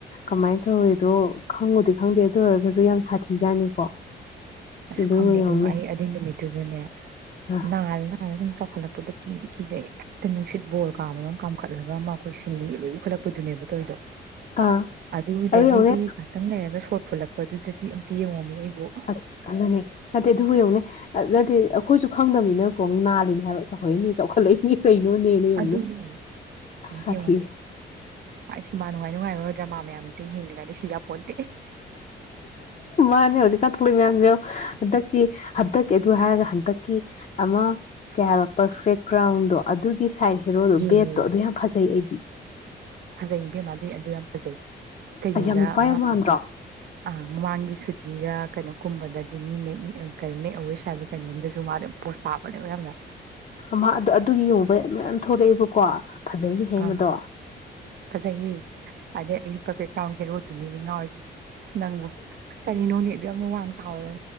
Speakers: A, on the left; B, on the right.
A: ꯀꯃꯥꯏꯅ ꯇꯧꯋꯤꯗꯣ ꯈꯪꯉꯨꯗꯤ ꯈꯪꯗꯦ ꯑꯗꯨ ꯑꯣꯏꯔꯒꯁꯨ ꯌꯥꯝ ꯁꯥꯊꯤꯖꯥꯠꯅꯤꯀꯣ
B: ꯑꯁ
A: ꯑꯗꯨꯕꯨ
B: ꯈꯪꯗꯦ
A: ꯌꯦꯡꯉꯨꯅꯦ
B: ꯏꯕꯦꯝꯃ ꯑꯩ ꯑꯗꯨꯏ ꯅꯨꯃꯤꯠꯇꯨꯗꯅꯦ
A: ꯑꯥ
B: ꯅꯥꯜꯂ ꯅꯥꯜꯂ ꯁꯨꯝ ꯆꯥꯎꯈꯠꯂꯛꯄꯗ ꯀꯤꯗꯤ ꯀꯤꯖꯩ ꯍꯦꯛꯇ ꯅꯨꯡꯁꯤꯠ ꯕꯣꯜ ꯀꯥꯝꯕꯗꯧꯅ ꯀꯥꯝꯈꯠꯂꯒ ꯑꯃ ꯑꯩꯈꯣꯏ ꯁꯤꯡꯂꯤꯒ ꯂꯣꯏ ꯎꯈꯠꯂꯛꯄꯗꯨꯅꯦꯕ ꯇꯣꯏꯗꯣ
A: ꯑꯥ
B: ꯑꯗꯨꯗꯒꯤꯗꯤ
A: ꯑꯗꯨ ꯌꯦꯡꯉꯨꯅꯦ
B: ꯉꯥꯛꯇꯪ ꯂꯩꯔꯒ ꯄꯣꯠ ꯐꯨꯜꯂꯛꯄꯗꯨꯗꯗꯤ ꯑꯝꯇ ꯌꯦꯡꯉꯣꯝꯃꯦ ꯑꯩ ꯑꯣ
A: ꯑ- ꯑꯗꯨꯅꯦ ꯅꯠꯇꯦ ꯑꯗꯨꯕꯨ ꯌꯣꯡꯅꯦ ꯅꯠꯇꯦ ꯑꯩꯈꯣꯏꯁꯨ ꯈꯪꯗꯕꯅꯤꯅꯀꯣ ꯅꯥꯜꯂꯤꯅꯦ ꯍꯥꯏꯕ ꯆꯥꯎꯈꯠꯛꯏꯅꯤ ꯆꯥꯎꯈꯠꯂꯛꯏꯅꯤ ꯀꯩꯅꯣꯅꯦꯅꯦ ꯌꯦꯡꯉꯨꯅꯦ
B: ꯑꯗꯨꯅꯦ
A: ꯑꯁ
B: ꯑꯝꯇ
A: ꯁꯥꯊꯤꯔꯦ
B: ꯌꯦꯡꯉꯣ ꯁꯤꯃꯥ ꯅꯨꯡꯉꯥꯏ ꯉꯥꯏꯕ ꯗ꯭ꯔꯃꯥ ꯃꯌꯥꯝꯁꯦ ꯌꯦꯡꯗ꯭ꯔꯤꯉꯩ ꯁꯤ ꯌꯥꯄꯣꯠ
A: ꯃꯥꯅꯦ ꯍꯧꯖꯤꯀꯥꯟ ꯊꯣꯀꯂꯛ ꯏ ꯃꯌꯥꯝꯁꯦ ꯌꯦꯡ ꯍꯟꯗꯛꯀꯤ ꯍꯟꯗꯛꯀꯤ ꯑꯗꯨ ꯍꯥꯏꯔꯒ ꯍꯟꯗꯛꯀꯤ ꯑꯃ ꯀꯩ ꯍꯥꯏꯕ ꯄꯔꯐꯦꯛ ꯀꯔ꯭ꯥꯎꯟꯗꯣ ꯑꯗꯨꯒꯤ ꯁꯥꯏꯠ ꯍꯦꯔꯣꯗꯣ
B: ꯌꯦꯡꯉꯦ
A: ꯕꯦꯠꯇꯣ ꯑꯗꯨ ꯌꯥꯝ ꯐꯖꯩ ꯑꯩ
B: ꯐꯖꯩ ꯏꯕꯦꯝꯃ ꯑꯗꯨꯏ ꯑꯗꯨ ꯌꯥꯝ ꯐꯖꯩ ꯀꯩꯅꯣꯗ
A: ꯑꯩ ꯌꯥꯝ ꯅꯨꯄꯥ
B: ꯑꯃ
A: ꯌꯥꯝ ꯃꯥꯟꯗ꯭ꯔꯣ
B: ꯑ ꯃꯃꯥꯡꯒꯤ ꯁꯨꯖꯤꯒ ꯀꯩꯅꯣ ꯀꯨꯝꯕꯗ ꯖꯤꯅꯤ ꯃꯦꯛ ꯃꯦꯛ ꯑꯦ ꯋꯤꯁ ꯍꯥꯏꯕ ꯀꯩꯅꯣꯝꯗꯁꯨ ꯃꯥꯗꯣ ꯄꯣꯁ ꯇꯥꯕꯅꯦꯕ ꯌꯥꯝꯅ
A: ꯃꯥ ꯑꯗꯨ ꯑꯗꯨꯒꯤ ꯌꯦꯡꯉꯨꯕꯩ ꯃꯌꯥꯝ ꯊꯣꯛꯂꯛꯑꯦꯕꯀꯣ ꯐꯖꯩꯅꯦꯍꯦ
B: ꯑꯥ
A: ꯃꯗꯣ
B: ꯐꯖꯩꯌꯦ ꯑꯗꯩ ꯑꯩꯗꯤ ꯄꯔꯐꯦꯛ ꯀꯔ꯭ꯥꯎꯟꯒꯤ ꯍꯦꯔꯣ ꯗꯨꯅꯤꯅꯦ ꯉꯥꯎꯔꯤꯁꯦ ꯅꯪꯕꯨ ꯀꯔꯤꯅꯣꯅꯦ ꯑꯗꯨꯛꯌꯥꯝ ꯋꯥꯡ ꯆꯥꯎꯔꯒ